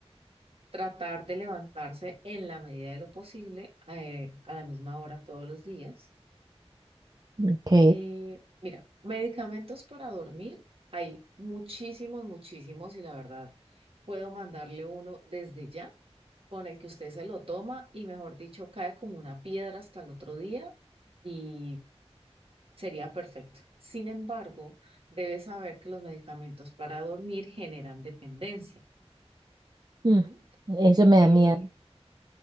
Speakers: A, on the right; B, on the right.
A: tratar de levantarse en la medida de lo posible eh, a la misma hora todos los días
B: Ok.
A: Eh, mira, medicamentos para dormir, hay muchísimos, muchísimos y la verdad puedo mandarle uno desde ya con el que usted se lo toma y mejor dicho cae como una piedra hasta el otro día y sería perfecto. Sin embargo, debe saber que los medicamentos para dormir generan dependencia.
B: Mm,
A: ¿m?
B: Eso me
A: Eh,
B: da miedo.